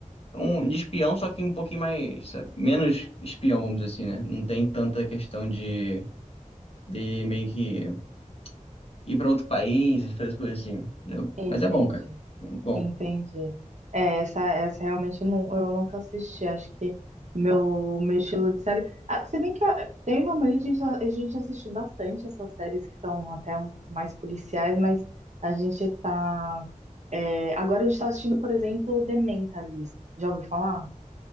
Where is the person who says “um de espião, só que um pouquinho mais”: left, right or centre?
Left